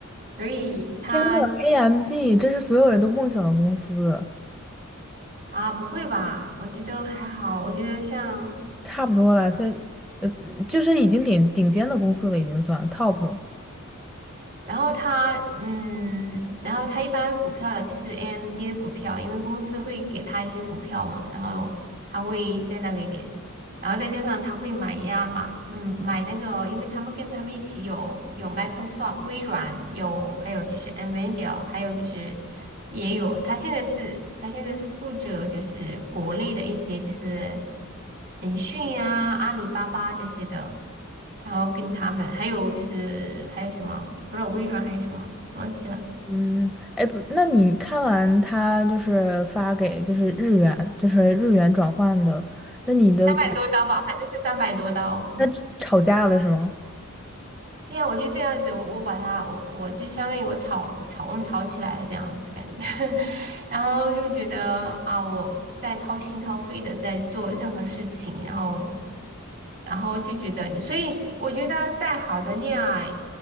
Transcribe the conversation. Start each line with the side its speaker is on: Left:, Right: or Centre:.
Right: 所以他
Centre: 天呐，AMD，这是所有人都梦想的公司，
Right: 啊，不会吧？我觉得还好，我觉得像，
Centre: 差不多了，这呃就是已经顶顶尖的公司了，已经算 top 了。
Right: 然后他，嗯，然后他一般股票的就是 AMD 的股票，因为公司会给他一些股票嘛，然后他会在那个一点然后再加上他会买呀买，嗯，买那个，因为他们跟他们一起有有 Microsoft 微软，有还有就是 NVIDIA，还有就是也有他现在是他现在是负责就是国内的一些就是腾讯啊、阿里巴巴这些的，然后跟他们还有就是还有什么，除了微软还有什么忘记了，
Centre: 嗯，哎不，那你看完他就是发给就是日元，就是日元转换的，那你的
Right: 三百多刀吧，反正是三百多刀。
Centre: 那吵架了是吗？
Right: 对呀，我就这样子，我我把它，我我就相当于我吵了，吵我们吵起来了这样子感觉，<laughs> 然后就觉得啊，我在掏心掏肺的在做任何事情，然后然后就觉得，所以我觉得再好的恋爱